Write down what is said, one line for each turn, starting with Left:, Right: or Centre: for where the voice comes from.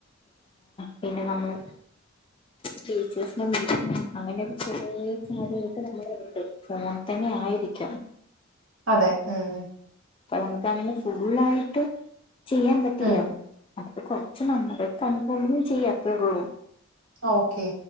Left: പിന്നെ നമ്മള് ടീച്ചേഴ്സിന്റെ മീറ്റിംഗ് അങ്ങനെ ഒരു കുറേ കാര്യായിട്ട് നമ്മള് ഉണ്ട് ഫോൺ തന്നെ ആയിരിക്കാം
Right: അതെ ഉം
Left: അപ്പൊ നമുക്ക് അങ്ങനെ ഫുള്ളായിട്ട് ചെയ്യാൻ പറ്റില്ല
Right: ഉം
Left: <unintelligible> പക്ഷേ നമ്മള് കണിക്കൊണ്ടും ചെയ്യത്തേഒള്ളൂ
Right: ഓക്കേ